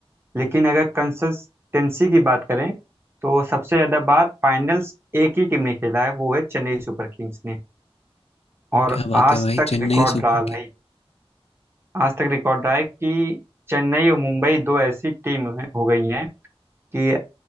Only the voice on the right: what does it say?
लेकिन अगर कंसिस्टेंसी की बात करें तो सबसे ज़्यादा बार फाइनल्स एक ही टीम ने खेला है वो है चेन्नई सुपर किंग्स ने और
आज
तक
रिकॉर्ड
रहा है भाई आज तक रिकॉर्ड रहा है कि चेन्नई और मुंबई दो ऐसी टीम हैं हो गई हैं कि